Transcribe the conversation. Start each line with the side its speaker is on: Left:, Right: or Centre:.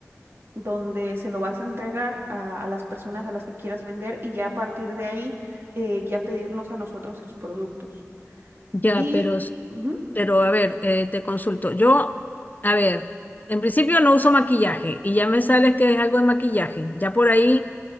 Right: donde se lo vas a entregar a, a las personas a las que quieras vender y ya a partir de ahí eh, ya pedirnos a nosotros los productos.
Left: Ya,
Right: Y
Left: pero, s-
Right: ujú,
Left: pero a ver, eh, te consulto. Yo, a ver, en principio no uso maquillaje y ya me sales que es algo de maquillaje. Ya por ahí...